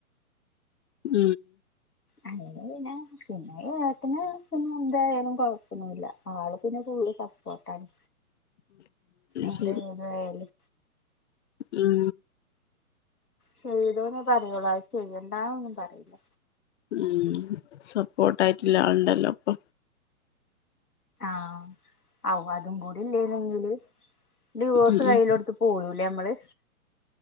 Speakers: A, on the left; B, on the left.
A: ഉം
B: അങ്ങനെ വിനെ പിന്നെ ഏട്ടന് പിന്നെ എന്തായാലും കൊഴപ്പൊന്നൂല്ല ആള് പിന്നെ ഫുളള് സപ്പോർട്ടാണ്. എന്താ
A: ശരി
B: ഏതായാല്ലും
A: ഉം
B: ചെയ്തോ എന്നേ പറയുള്ളൂ അത് ചെയ്യണ്ടാ ഒന്നും പറയില്ല.
A: ഉം സപ്പോർട്ടായിട്ടില്ലാ ആള്ണ്ടല്ലോ അപ്പൊ
B: ആഹ അവ് അതും കൂടില്ലേയ്നങ്കില്. ഡിവോസ്കയ്യിലൊടുത്ത്
A: ഉം
B: പോരൂലേ അമ്മള്.